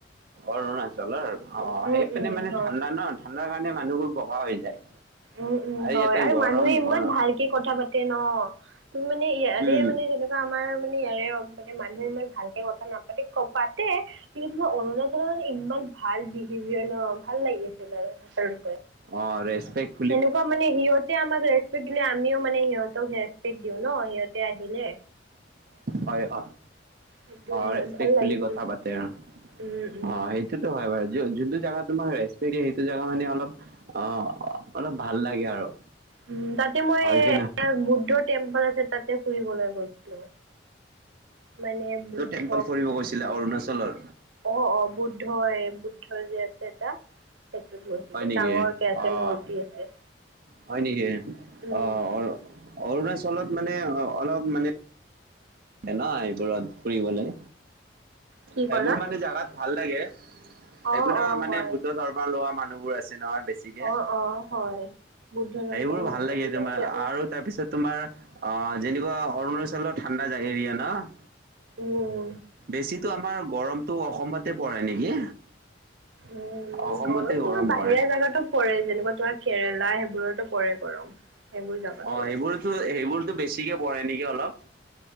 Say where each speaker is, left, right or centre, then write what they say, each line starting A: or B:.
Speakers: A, on the right; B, on the right.
A: অৰুণাচলৰ? অ
B: উম
A: সেইপিনে
B: উম
A: মানে
B: হয়
A: ঠাণ্ডা ন। ঠাণ্ডাৰ কাৰণে মানুহবোৰ বগা হৈ যায়।
B: উম উম হয়
A: ইয়াতে
B: আৰু
A: গৰম
B: মানুহে ইমান
A: গৰম
B: ভালকে কথা পাতে ন। তুমি মানে ইয়াৰে
A: উম
B: মানে সেনেক আমাৰ মানে ইয়াৰে মানে মানুহে ইমান ভালকে কথা নাপাতে, ক পাতে কিন্তু তোমাৰ অৰুণাচলৰ মানে ইমান ভাল বিহেভিয়াৰ ন, ভাল লাগিছিল আৰু আচলতে।
A: অ ৰেচপেক্ট
B: সেনেকুৱা মানে সিহঁতে আমাক ৰেচ পেক্ট দিলে আমিও মানে সিহঁতক ৰেচপেক্ট দিওঁ ন সিহঁতে আহিলে।
A: হয় হ,
B: সেইটোৱে
A: অঁ ৰেছপেক্টফুলি
B: আৰু ভাল লাগিছিল
A: কথা পাতে অঁ।
B: উম উম
A: অ সেইটোতো হয় বাৰু য হ যোনটো জাগাত তোমাক ৰেছপেক্ট দিয়ে সেইটো জেগা মানে অলপ অ অলপ ভাল লাগে আৰু।
B: উ তাতে মই
A: হয়
B: এ
A: কি না?
B: বুদ্ধ টেম্পল আছে তাতে ফুৰিবলৈ গৈছিলো। মানে বুদ্ধ
A: টেম্পল ফুৰিব গৈছিলা অৰুণাচলৰ?
B: অ অ বুদ্ধই বুদ্ধই যে আছে এটা। সেইটোত গৈছিলো
A: হয় নেকি?
B: ডাঙৰ কে আছে
A: অ',
B: মূৰ্তি আছে।
A: হয় নেকি?
B: উম,
A: অ অ অৰুণাচলত মানে অলপ মানে ন এইবোৰত ফুৰিবলৈ,
B: কি
A: সেইবোৰ
B: ক'লা?
A: মানে জাগাত ভাল লাগে।
B: অ',
A: এইবোৰ ন
B: অ',
A: মানে
B: হয়
A: বুদ্ধ ধৰ্ম লোৱা মানুহবোৰ আছে নহয় বেছি ছিকে,
B: অ', অ', হয়। বুদ্ধ ধৰ্মৰ
A: সেইবোৰ
B: মানুহবোৰ
A: ভাল লাগে তোমাৰ
B: আছে উম,
A: আৰু তাৰপিছত তোমাৰ অ যেনেকুৱা অৰুণাচলৰ ঠাণ্ডা এৰিয়া ন।
B: উম,
A: বেছিতো আমাৰ গৰমটো অসমতে পৰে নেকি?
B: উম
A: অসমতে
B: গৰম তোমাৰ বাহিৰা
A: পৰে।
B: জাগাতো পৰে যেনেকুৱা তোমাৰ কেৰেলা সেইবোৰতো পৰে গৰম। সেইবোৰ জাগাতো
A: অঁ সেইবোৰতো সেইবোৰতো বেছিকে পৰে নেকি অলপ?